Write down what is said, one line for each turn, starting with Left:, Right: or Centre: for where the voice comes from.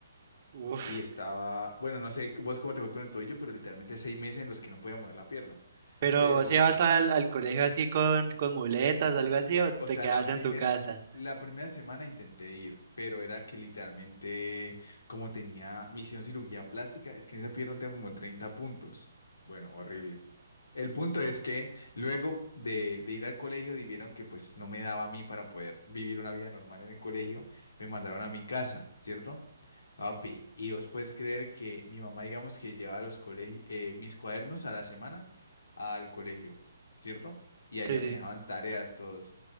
Right: Uf,
Left: Y estaba, bueno, no sé vos cómo te fue con el tobillo, pero literalmente seis meses en los que no podía mover la pierna.
Right: pero
Left: Pero
Right: si vas al, al colegio así con, con muletas, algo así, o te
Left: O sea,
Right: quedas
Left: la primera,
Right: en tu casa.
Left: la primera semana intenté ir, pero era que literalmente, como tenía, me hicieron cirugía plástica, es que en esa pierna tengo como 30 puntos. Bueno, horrible. El punto es que luego de, de ir al colegio, di- vieron que pues no me daba a mí para poder vivir una vida normal en el colegio, me mandaron a mi casa, ¿cierto? Papi, y vos puedes creer que mi mamá, digamos que llevaba los colegios, mis cuadernos a la semana al colegio, ¿cierto? Y
Right: Sí,
Left: allá
Right: sí,
Left: me dejaban
Right: sí.
Left: tareas todos.